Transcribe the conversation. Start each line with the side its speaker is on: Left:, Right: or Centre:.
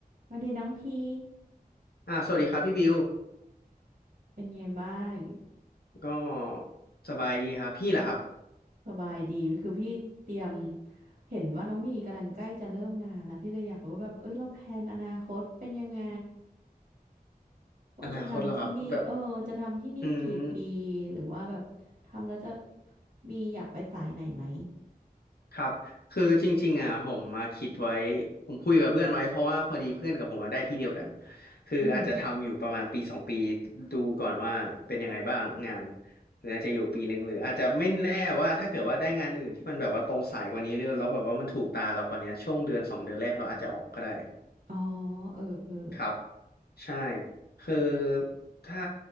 Right: สวัสดีน้องพี่
Left: อ่าสวัสดีครับพี่บิว
Right: เป็นไงบ้าง
Left: ก็สบายดีครับพี่ล่ะครับ
Right: สบายดี คือพี่เตรียมเห็นว่าน้องพี่กำลังใกล้จะเริ่มงานแล้วพี่เลยอยากรู้ว่าแบบเอ้ยเราแพลนอนาคตเป็นยังไงว่าจะทำที่นี่เออจะทำที่นี่กี่ปีหรือว่าแบบทำแล้วจะ
Left: อนาคตเหรอครับแบบอืม
Right: มีอยากไปสายไหนไหม
Left: ครับคือจริงๆอ่ะผมมาคิดไว้ผมคุยกับเพื่อนไว้เพราะว่าพอดีเพื่อนกับผมอะได้ที่เดียวกันคืออาจจะทำอยู่ประมาณปีสองปี
Right: อืม
Left: ดูก่อนว่าเป็นยังไงบ้างงานหรืออาจจะอยู่ปีหนึ่งหรืออาจจะไม่แน่ว่าถ้าเกิดว่าได้งานอื่นที่มันแบบว่าตรงสายกว่านี้เรื่อยแล้วแบบว่ามันถูกตาเรากว่านี้ช่วงเดือนสองเดือนแรกเราอาจจะออกก็ได้
Right: อ๋อเออเออ
Left: ครับ ใช่คือถ้า